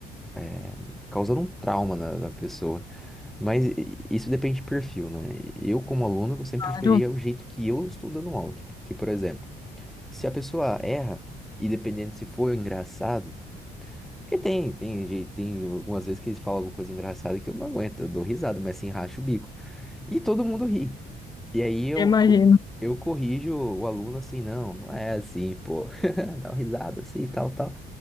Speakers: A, in the centre; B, on the left (about 25°).
A: é, causando um trauma na, na pessoa. Mas i- isso depende de perfil, né? Eu, como aluno, eu sempre
B: Claro,
A: preferia o jeito que eu estou dando aula. Tipo, que, por exemplo, se a pessoa erra, e dependendo se for engraçado, porque tem, tem, jei- tem algumas vezes que eles falam alguma coisa engraçada que eu não aguento, eu dou risada, mas assim, racho o bico. E todo mundo ri. E aí eu,
B: eu imagino.
A: co- eu corrijo o aluno assim, não, não é assim, pô. <laughs> Dá uma risada assim, tal, tal.